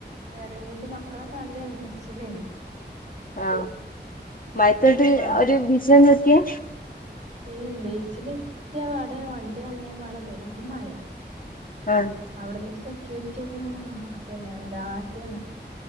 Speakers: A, on the right (about 40°); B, on the left (about 50°).
A: ഇറങ്ങീട്ട് മക്കളൊക്കെ നല്ല ഇൻട്രസ്റ്റ് ഇല്ലേനു
B: ആഹ മയത്തോട്ട
A: അപ്പൊ
B: ഒരു വിജയം നോക്കിയ
A: നീ ബീച്ചില എത്തിയ പാടെ വണ്ടി ഇറങ്ങിയ പാടെ പെരുമഴ
B: ആഹ്
A: അവിടുന്ന് ഒറ്റക്കെ ഇങ്ങനെ ആ പിന്നെ എന്താ ആട്ടാണ്